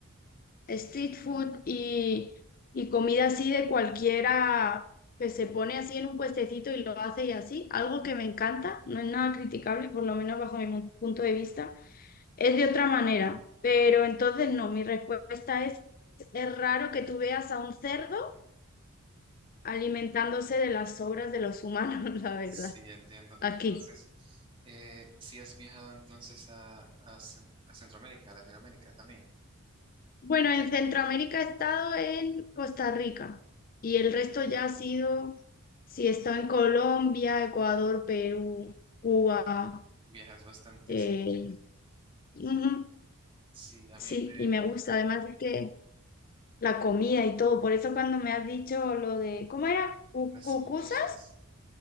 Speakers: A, on the left (about 40°); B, on the right (about 25°).
A: street food y, y comida así de cualquiera que se pone así en un puestecito y lo hace y así, algo que me encanta, no es nada criticable, por lo menos bajo mi mu- punto de vista, es de otra manera, pero entonces no, mi respuesta es, es raro que tú veas a un cerdo alimentándose de las sobras de los humanos, <laughs> la verdad,
B: Sí, entiendo.
A: aquí.
B: Entonces, eh, si has viajado entonces a, a, Cen- a Centroamérica, a Latinoamérica también.
A: Bueno, en Centroamérica he estado en Costa Rica y el resto ya ha sido, sí, he estado en Colombia, Ecuador, Perú, Cuba,
B: Viajas bastante,
A: eh,
B: sí.
A: ujú,
B: Sí, a
A: sí,
B: mí me-
A: y me gusta. Además es que la comida y todo, por eso cuando me has dicho lo de, ¿cómo era? ¿Cu-
B: las
A: ¿Cucusa?
B: pupusas.